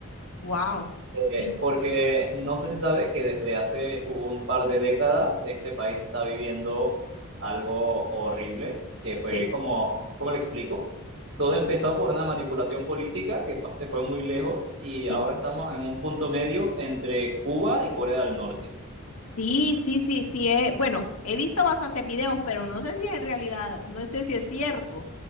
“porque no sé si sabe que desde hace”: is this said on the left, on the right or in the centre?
Right